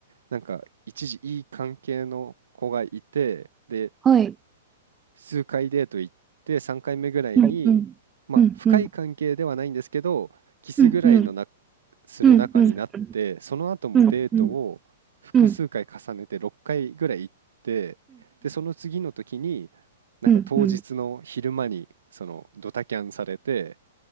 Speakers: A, on the right; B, on the right.
A: なんか一時いい関係の子がいて、で、
B: はい。
A: 数回デート行って3回目ぐらいに、
B: うんうん。
A: まあ、
B: うんうん。
A: 深い関係ではないんですけどキスぐらいのな
B: うんうん。
A: する仲になってその後もデートを複数回重ねて6回ぐらい行ってでその次の時に
B: うんうん。うんうん。うんうんうん。
A: なんか当日の昼間にそのドタキャンされて
B: うんうん。